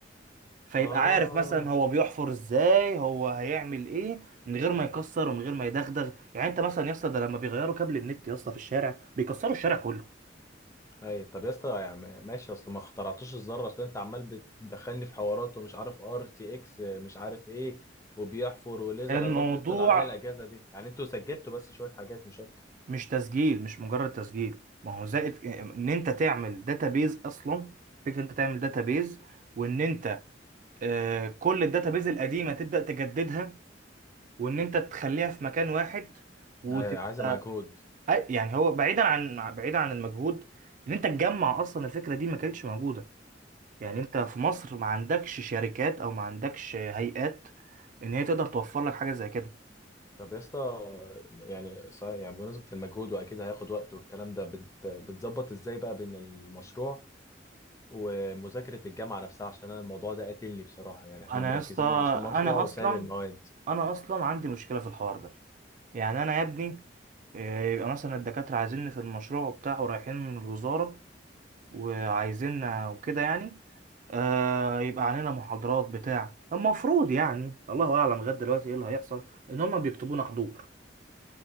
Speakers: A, on the right; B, on the left.
A: فيبقى
B: اه
A: عارف مثلا هو بيحفر ازاي هو هيعمل ايه من غير ما يكسر ومن غير ما يدغدغ يعني انت مثلا يا اسطى ده لما بيغيروا كابل النت يا اسطى في الشارع بيكسروا الشارع كله
B: هاي طب يا اسطى يعني ماشي اصل ما اخترعتوش الذره اصل انت عمال بتدخلني في حوارات ومش عارف ار تي اكس مش عارف ايه وبيحفر وليزر
A: الموضوع
B: انا قلت انتوا اللي عاملين الاجهزه دي يعني انتوا سجلتوا بس شويه حاجات مش اكتر
A: مش تسجيل مش مجرد تسجيل ما هو زائد ان انت تعمل داتابيز اصلا فكره انت تعمل داتابيز وان انت آه، كل الداتابيز القديمه تبدا تجددها وان انت تخليها في مكان واحد وتبقى
B: هاي عايزه مجهود
A: أي- يعني هو بعيدا عن بعيدا عن المجهود ان انت تجمع اصلا الفكره دي ما كانتش موجوده يعني انت في مصر ما عندكش شركات او ما عندكش هيئات ان هي تقدر توفر لك حاجه زي كده
B: طب يا اسطى يعني صحيح يعني بمناسبة المجهود وأكيد هياخد وقت والكلام ده بت... بتظبط إزاي بقى بين المشروع ومذاكرة الجامعة نفسها عشان أنا الموضوع ده قاتلني بصراحة يعني إحنا
A: انا
B: مركزين
A: يا اسطى
B: مع عشان المشروع
A: انا
B: وسايب
A: اصلا
B: المواد
A: انا اصلا عندي مشكله في الحوار ده يعني انا يا ابني آه، يبقى مثلا الدكاتره عايزيني في المشروع بتاعه رايحين من الوزاره وعايزيننا وكده يعني آه يبقى علينا محاضرات بتاع المفروض يعني الله اعلم لغايه دلوقتي ايه اللي هيحصل ان هم بيكتبونا حضور